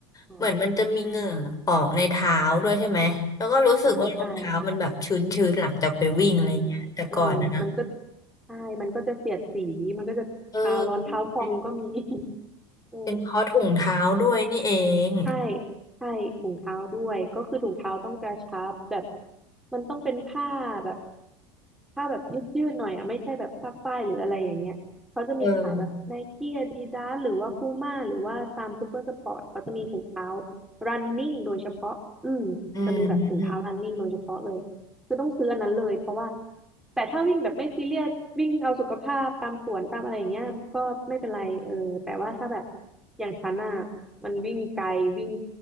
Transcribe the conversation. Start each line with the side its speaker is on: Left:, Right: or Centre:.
Centre: อ๋อ
Left: เหมือนมันจะมีเหงื่อออกในเท้าด้วยใช่ไหมแล้วก็รู้สึกว่ารองเท้ามันแบบชื้นๆหลังจากไปวิ่งอะไรเงี้ยแต่ก่อนนะนะ
Centre: อ่าใช่ร้อนร้อนเออมันก็ใช่มันก็จะเสียดสีมันก็จะเท้าร้อนเท้าพองก็มี
Left: เออเป็น
Centre: <laughs> เออ
Left: เป็นเพราะถุงเท้าด้วยนี่เอง
Centre: ใช่ใช่ถุงเท้าด้วยก็คือถุงเท้าต้องกระชับแบบมันต้องเป็นผ้าแบบผ้าแบบยืดๆหน่อยอ่ะไม่ใช่แบบผ้าฝ้ายหรืออะไรอย่างเงี้ยเขาจะมีขายแบบไนกี้อาดิดาสหรือว่าปูม่าหรือว่าตามซูเปอร์สปอร์ตเขาจะมีถุงเท้า
Left: เออ
Centre: running โดยเฉพาะอืมจะมีแบบถุงเท้า
Left: อืมอื
Centre: running โดยเฉพาะเลยคือต้องซื้ออันนั้นเลยเพราะว่าแต่ถ้าวิ่งแบบไม่ซีเรียสวิ่งเอาสุขภาพตามสวนตามอะไรอย่างเงี้ยก็ไม่เป็นไรเออแต่ว่าถ้าแบบอย่างฉันอ่ะ มันวิ่งไกลวิ่ง